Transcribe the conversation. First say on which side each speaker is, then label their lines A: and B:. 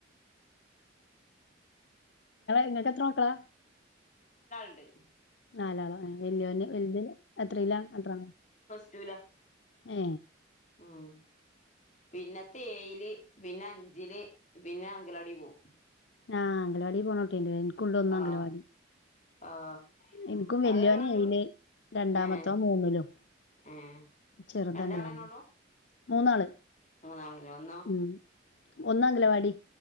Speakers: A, on the left; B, on the left.
A: ഇങ്ങക്കെത്ര മക്കളാ?
B: ണ്ട്.
A: നാലാളോ ഏ വല്യോന് വല്ത് എത്രീലാ <unintelligible>
B: റ്റൂലാ.
A: ഏ
B: ആഹ് പിന്നത്തെ ഏയില്, പിന്നെ അഞ്ചില് പിന്നെ അങ്കലവാടീ പോവും.
A: ആ അംഗലവാടി പോണട്ടിണ്ട് ലേ. ഇൻക്കോണ്ടുന്നു
B: ആഹ്
A: അംഗലവാടി.
B: ആഹ്
A: ഇൻക്കും വല്യോന്
B: അതെ പറയൂ
A: ഏയില് രണ്ടാമത്തോൻ
B: ഏഹ്
A: മൂന്നിലും
B: ഏഹ്
A: ചെറുതങ്കലവാടില്.
B: രണ്ടാളെന്നെ
A: മൂന്നാള്
B: മൂന്നാള് ലേ, ഒന്നോ?
A: ഉം ഒന്ന് അംഗലവാടി.